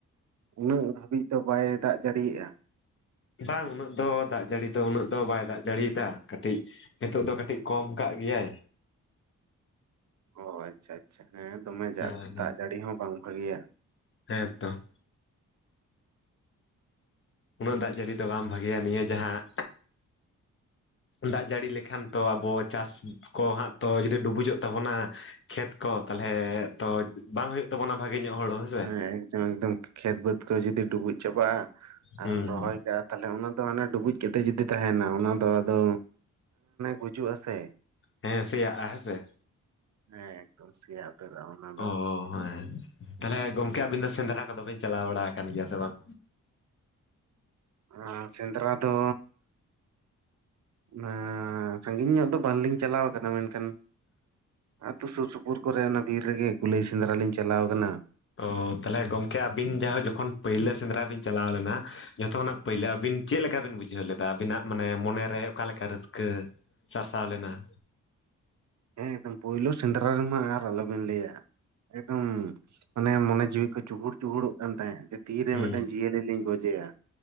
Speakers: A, on the right; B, on the left.
A: ᱩᱱᱟᱹᱜ ᱦᱟᱹᱵᱤᱡ ᱫᱚ ᱵᱟᱭ ᱫᱟᱜ ᱡᱟᱲᱤᱭᱮᱜ-ᱟ
B: ᱵᱟᱝ ᱩᱱᱟᱹᱜ ᱫᱚ ᱫᱟᱜ ᱡᱟᱹᱲᱤ ᱫᱚ ᱩᱱᱟᱹᱜ ᱫᱚ ᱵᱟᱭ ᱫᱟᱜ ᱡᱟᱹᱲᱤᱭᱫᱟ ᱠᱟᱹᱴᱤᱡ ᱱᱤᱛᱚᱜ ᱫᱚ ᱠᱟᱹᱴᱤᱡ ᱠᱚᱢ ᱠᱟᱜ ᱜᱮᱭᱟᱭ,
A: ᱚ ᱟᱪᱪᱷᱟ ᱟᱪᱪᱷᱟ ᱦᱮᱸ ᱫᱚᱢᱮ ᱫᱟᱜ
B: ᱦᱮᱸ
A: ᱡᱟᱹᱲᱤ ᱦᱚᱸ ᱵᱟᱝ ᱵᱷᱟᱜᱤᱭᱟ᱾
B: ᱦᱮᱸᱛᱚ, ᱩᱱᱟᱹᱜ ᱫᱟᱜ ᱡᱟᱹᱲᱤ ᱫᱚ ᱵᱟᱝ ᱵᱷᱟᱜᱤᱭᱟ ᱱᱤᱭᱟᱹ ᱡᱟᱦᱟᱸ᱾ ᱫᱟᱜ ᱡᱟᱹᱲᱤ ᱞᱮᱠᱷᱟᱱ ᱛᱚ ᱟᱵᱚ ᱪᱟᱥ ᱠᱚ ᱦᱟᱸᱜ ᱛᱚ ᱡᱩᱫᱤ ᱰᱩᱵᱩᱡᱚᱜ ᱛᱟᱵᱚᱱᱟ᱾ ᱠᱷᱮᱛ ᱠᱚ ᱛᱟᱞᱦᱮ ᱛᱚ ᱵᱟᱝ ᱦᱩᱭᱩᱜ ᱛᱟᱵᱚᱱᱟ ᱵᱷᱟᱜᱤ ᱧᱚᱜ ᱦᱩᱲᱩ ᱦᱮᱸᱥᱮ᱾
A: ᱦᱮᱸ ᱮᱠᱫᱚᱢ ᱮᱠᱫᱚᱢ᱾ ᱠᱷᱮᱛ ᱵᱟᱹᱫᱽ ᱠᱚ ᱡᱩᱫᱤ ᱰᱩᱵᱩᱡ ᱪᱟᱵᱟᱜᱼᱟ ᱟᱨᱮᱢ
B: ᱦᱩᱸ
A: ᱨᱚᱦᱚᱭ ᱠᱟᱜᱼᱟ ᱛᱟᱦᱚᱞᱮ ᱚᱱᱟ ᱫᱚ ᱦᱟᱱᱮ ᱰᱩᱵᱩᱡ᱾ ᱠᱟᱛᱮ ᱡᱩᱫᱤ ᱛᱟᱦᱮᱸᱱᱟ ᱚᱱᱟ ᱫᱚ ᱟᱫᱚ ᱜᱩᱡᱩᱜ-ᱟ ᱥᱮ᱾
B: ᱦᱮᱸ ᱥᱮᱭᱟᱜᱼᱟ ᱦᱮᱸ ᱥᱮ᱾
A: ᱦᱮᱸ ᱮᱠᱫᱚᱢ ᱥᱮᱭᱟᱵ <inaudible> ᱚᱱᱟ ᱫᱚ
B: ᱚ ᱦᱮᱸ ᱛᱟᱦᱚᱞᱮ ᱜᱚᱢᱠᱮ ᱟᱵᱤᱱ ᱫᱚ ᱥᱮᱸᱫᱽᱨᱟ ᱠᱚᱫᱚ ᱵᱤᱱ ᱪᱟᱞᱟᱣ ᱵᱟᱲᱟ ᱟᱠᱟᱱ ᱜᱮᱭᱟ ᱥᱮ ᱵᱟᱝ?
A: ᱚᱸ ᱥᱮᱸᱫᱽᱨᱟ ᱫᱚ᱾ ᱮᱸᱻ ᱥᱟᱺᱜᱤᱧ ᱧᱚᱜ ᱫᱚ ᱵᱟᱝᱞᱤᱧ ᱪᱟᱞᱟᱣ ᱟᱠᱟᱱᱟ ᱢᱮᱱ ᱠᱷᱟᱱ ᱟᱛᱳ ᱥᱩᱨ ᱥᱩᱯᱩᱨ ᱠᱚᱨᱮ ᱚᱱᱟ ᱵᱤᱨ ᱨᱮᱜᱮ ᱠᱩᱞᱟᱹᱭ ᱥᱮᱸᱫᱽᱨᱟ ᱞᱤᱧ ᱪᱟᱞᱟᱣ ᱟᱠᱟᱱᱟ᱾
B: ᱚ ᱛᱟᱦᱞᱮ ᱜᱚᱢᱠᱮ ᱟᱹᱵᱤᱱ ᱡᱟᱣ ᱡᱚᱠᱷᱚᱱ ᱯᱳᱭᱞᱳ ᱥᱮᱸᱫᱽᱨᱟ ᱵᱤᱱ ᱪᱟᱞᱟᱣ ᱞᱮᱱᱟ᱾ ᱡᱚᱛᱚ ᱠᱷᱚᱱᱟᱜ ᱯᱳᱭᱞᱳ ᱟᱹᱵᱤᱱ ᱪᱮᱫ ᱞᱮᱠᱟ ᱵᱤᱱ ᱵᱩᱡᱷᱟᱹᱣ ᱞᱮᱫᱟ ᱟᱹᱵᱤᱱᱟᱜ ᱢᱟᱱᱮ ᱢᱚᱱᱮᱨᱮ ᱚᱠᱟ ᱞᱮᱠᱟ ᱨᱟᱹᱥᱠᱟᱹ᱾ ᱥᱟᱨᱥᱟᱣ ᱞᱮᱱᱟ᱾
A: ᱦᱮᱸ ᱮᱠᱫᱚᱢ ᱯᱳᱭᱞᱳ ᱥᱮᱸᱫᱽᱨᱟ ᱨᱮᱢᱟ ᱟᱨ ᱟᱞᱚᱵᱤᱱ ᱞᱟᱹᱭᱟ ᱮᱠᱫᱚᱢ ᱢᱟᱱᱮ ᱢᱚᱱᱮ ᱡᱤᱣᱤ ᱪᱩᱦᱩᱲ ᱪᱩᱦᱩᱚᱜ ᱠᱟᱱ ᱛᱟᱦᱮᱸᱫ ᱡᱮ ᱛᱤᱨᱮ
B: ᱦᱩᱸ
A: ᱢᱤᱫᱴᱮᱱ ᱡᱤᱭᱟᱹᱞᱤ ᱞᱤᱧ ᱜᱚᱡᱮᱭᱟ᱾